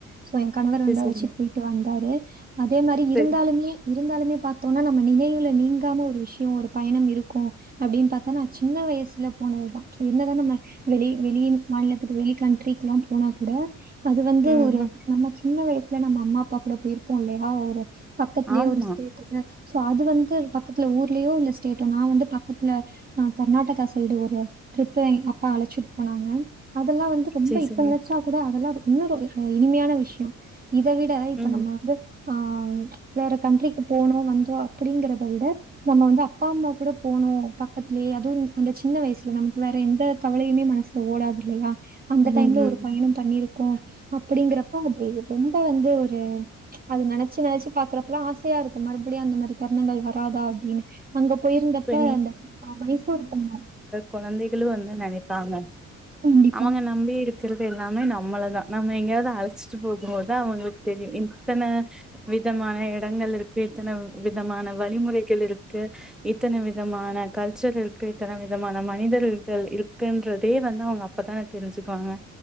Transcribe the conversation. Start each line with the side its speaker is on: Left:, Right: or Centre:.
Right: சோ எ கணவர்
Centre: சரி
Right: வந்து அழச்சிட்டு
Centre: சரி
Right: போய்ட்டு வந்தாரு அதே மாரி இருந்தாலுமே
Centre: சரி
Right: இருந்தாலுமே பாத்தோன்னா நம்ம நினைவுல நீங்காம ஒரு விஷ்யோ ஒரு பயணம் இருக் கு அப்டின்னு பாத்தனா சின்ன வயசுல போனதுதா என்னதா நம்ம வெளி வெளி மாநிலத்துக்கு வெளிய கண்ட்ரிக்குலா போனா கூட அது வந்து
Centre: ம்
Right: ஒரு
Centre: ம்
Right: நம்ம சின்ன வயசுல நம்ம அம்மா அப்பா கூட போயிருப்போ இல்லயா ஒரு பக்கத்திலயே
Centre: ஆமா
Right: ஒரு ஸ்டேட் இருக்கு சோ அது வந்து பக்கத்துல ஊர்லயோ இல்ல ஸ்டேட் நா வந்து பக்கத்துல அ கர்நாடகா சைடு ஒரு ட்ரிப்பு அப்பா அழச்சிட்டு போனாங்க அதெல்லா வந்து ரொம்ப
Centre: சரி
Right: இப்ப
Centre: சரிங்க
Right: நனச்சா கூட அதெல்லா இன்னொரு இனிமயான விஷ்யோ இத விட இப்ப
Centre: ம்
Right: நம்ம
Centre: ம்
Right: வந்து ஆ வேற கண்ட்ரிக்கு போனோ வந்தோ அப்டிங்கறத விட நம்ம வந்து அப்பா அம்மா கூட போனோ பக்கத்லயே அதுவு அந்த சின்ன வயசுல நமக்கு வேற எந்த கவலயுமே மனசு ஓடாது இல்லயா அந்த டைம்ல
Centre: ம்
Right: ஒரு
Centre: ம்
Right: பயணோ பண்ணிருக்கோ அப்டிங்கறப்ப அது ரொம்ப வந்து ஒரு அது நனச்சி நனச்சி பாக்குறப்பலா ஆசயா இருக்கு மறுபுடியு அந்த மாரி தருணங்கள் வராதா அப்டினு அங்க போயிருந்தப்ப
Centre: இப்ப
Right: அந்த அ மைசூர் போனோ
Centre: குழந்தகளு வந்து நனைப்பாங்க
Right: கண்டிப்பா.
Centre: அவுங்க நம்பி இருப் இருக்கறது எல்லாமே நம்மளதா நம்ம எங்கயாவது அழச்சிட்டு போகும்போதா அவுங்களுக்கு தெரியு இத்தன விதமான இடங்கள் இருக்கு இத்தன விதமான வழிமுறைகள் இருக்கு இத்தன விதமான கல்ச்சர் இருக்கு இத்தன விதமான மனிதர்கள் இருக்குன்றதே வந்து அவுங்க அப்பதா தெரிஞ்சுக்குவாங்க